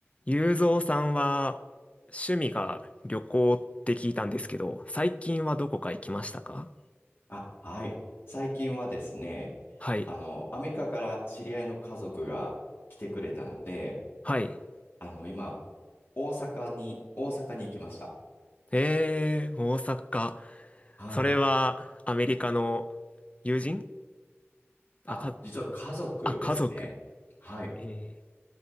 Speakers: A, on the left; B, on the left.
A: ゆうぞうさんは趣味が旅行って聞いたんですけど、最近はどこか行きましたか
B: あ、はい。最近はですね、
A: はい。
B: あの、アメリカから知り合いの家族が来てくれたので、
A: はい。
B: あの、今、大阪に、大阪に行きました。
A: えー、大阪。
B: はい。
A: それはアメリカの友人あ、
B: あ、
A: か、
B: 実は家族ですね。
A: あ、家族。
B: はい。
A: えー、